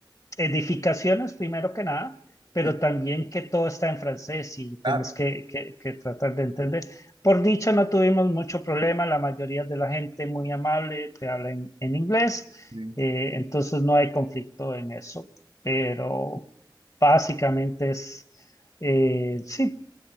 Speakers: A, on the left (about 40°); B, on the right (about 75°).
A: edificaciones, primero que nada, pero
B: Sí,
A: también que todo está en francés y
B: claro,
A: tenés que, que- que tratar de entender. Por dicha, no tuvimos mucho problema, la mayoría de la gente muy amable te habla en, en inglés,
B: sí,
A: eh, entonces no hay conflicto en eso, pero básicamente es, eh, sí,